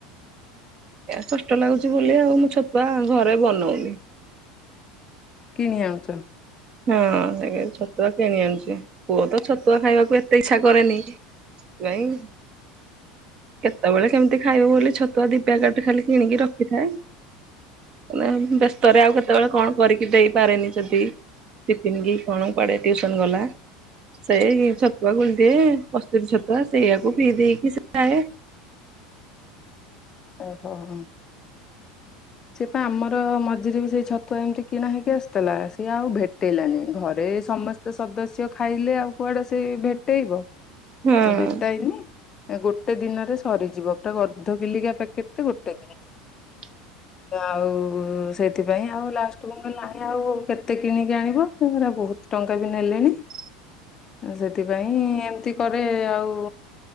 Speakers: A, on the right (about 30°); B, on the left (about 20°).
A: କଷ୍ଟ ଲାଗୁଛି ବୋଲି ଆଉ ମୁଁ ଛତୁଆ ଘରେ ବନଉନି।
B: କିଣି ଆଣୁଛ?
A: ହଁ ଛତୁଆ କିଣି ଆଣୁଛି ପୁଅ ତ ଛତୁଆ ଖାଇବାକୁ ଏତେ ଇଚ୍ଛା କରେନି। ସେଥିପାଇଁ <inaudible> କେତବେଳେ କେମିତି ଖାଇବୁ ବୋଲି ଛତୁଆ ଦି ପ୍ୟାକେଟ୍ ଖାଲି କିଣିକି ରଖିଥାଏ ମାନେ ବ୍ୟସ୍ତରେ ଆଉ କେତବେଳେ କଣ କରିକି ଦେଇପାରେନି ଯଦି ଟିଫିନ୍ କି କଣ କୁଆଡେ ଟିୟୁସନ ଗଲା ସେଇ ଛତୁଆ ଗୋଳିଦିଏ କସ୍ତୁରୀ ଛତୁଆ ସେଇଆକୁ ପିଇ ଦେଇକି ସେ ଯାଏ।
B: ଆଉ କଁ ଅଁ ସେ ପା ଆମର ମଝିରେ ବି ସେଇ ଛତୁଆ ଏମିତି କିଣା ହେଇକି ଆସୁଥିଲା ସିଏ ଆଉ ଭେ ଟେଇଲାନି ଘରେ ସମସ୍ତେ ସଦସ୍ୟ ଖାଇଲେ ଆଉ କୁଆଡେ ସେ ଭେଟେଇବ?
A: ହୁଁ ନ
B: ତ ଭେଟାଇନି ଗୋଟେ ଦିନରେ ସରିଯିବ ତାକୁ ଅଧ କିଲିକିଆ ପ୍ୟା କେତେ ଗୋଟେ ଦିନ
A: <unintelligible>
B: ତ ଆଉ ସେଥିପାଇଁ ଆଉ ଲାଷ୍ଟ କୁ ମୁଁ କହିଲି ନାଇଁ ଆଉ କେତେ କିଣିକି ଆଣିବୁ ସେ ଗୁରା ବହୁତୁ ଟଙ୍କା ବି ନେଲେଣି
A: <unintelligible>
B: ସେଥିପାଇଁ ଏମିତି କରେ ଆଉ